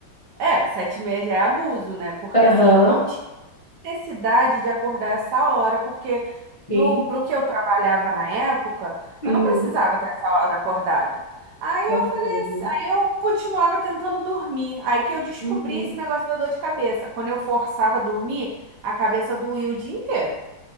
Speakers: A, on the right (about 65°); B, on the left (about 35°).
A: é, 7 e meia já é abuso, né? Porque
B: aham,
A: assim, eu não tinha necessidade de acordar essa hora, porque
B: sim,
A: pro, pro que eu trabalhava na época,
B: uhum.
A: eu não precisava estar essa hora acordada. Aí
B: Vamos
A: eu falei
B: ver, né?
A: assim, aí eu continuava tentando dormir. Aí que eu descobri
B: Uhum.
A: esse negócio da dor de cabeça. Quando eu forçava a dormir, a cabeça doía o dia inteiro.